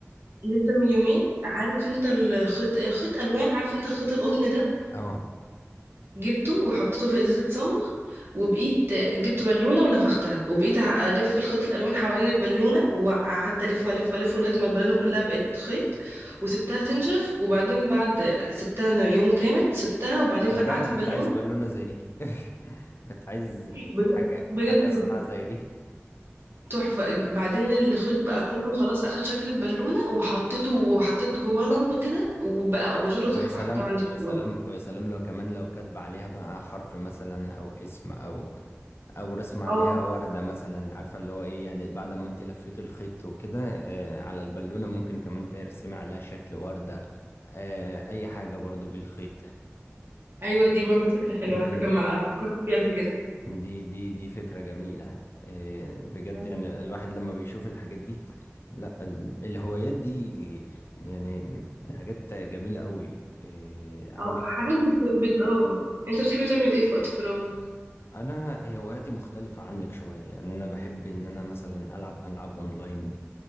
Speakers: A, on the right; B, on the left.
A: لسه من يومين عارف انت الخيط خيط الوان عارف انت الخيط القطن ده
B: أه
A: جبته وحطيته في ازازه صمغ وبقيت جبت بالونه ونفختها وبقيت الف الخيط الالوان حوالين البالونه وقعدت الف والف والف لغايه ما البالونه كلها بقت خيط وسبتها تنشف وبعدين بعد سبتها أنا يوم كامل سبتها وبعدين فرقعت
B: صدقني كنت
A: البالونه
B: عايز بالونة زي دي <laughs> كنت عايز
A: بجد
B: حاجة
A: بجد
B: حاجة
A: تحفه
B: صناعة زي دي
A: تحفه بعدين الخيط بقى كله خلاص اخد شكل البالونه وحطيته وحطيت جواه لمبه كده وبقى اباجوره
B: ويا
A: تحفه
B: سلام
A: حطها عندي
B: ويا
A: في
B: سلام
A: الاوضه
B: ويا سلام لو كمان لو كاتبة عليها بقى حرف مثلا او اسم او او رسمة عليها
A: اه
B: وردة مثلا عارفة اللي هو ايه يعني بعد ما انت لفيت الخيط وكده آه على البالونة ممكن كمان ترسمي عليها شكل وردة آه اي حاجة برضو بالخيط
A: ايوه دي برضو فكره حلوه على
B: دي
A: فكره ما فكرت فيها قبل كده
B: دي دي دي فكرة جميلة آه بجد
A: أيوة.
B: يعني الواحد لما بيشوف الحاجات دي لا ال- الهوايات دي يعني حاجات جميلة قوي إيه، عندك
A: او حاجات بت... بت... اه انت بتحبي تعمل ايه في وقت فراغ
B: انا هواياتي مختلفة عنك شوية يعني انا بحب ان انا مثلا العب العاب اونلاين